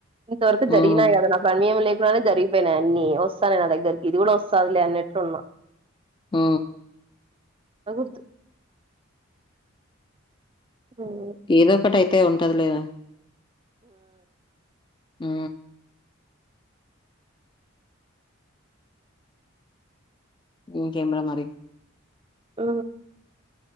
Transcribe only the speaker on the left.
హ్మ్.
ఆ
ఏదో ఒకటి అయితే ఉంటది లేదా ఆ ఇ కేమరా మరి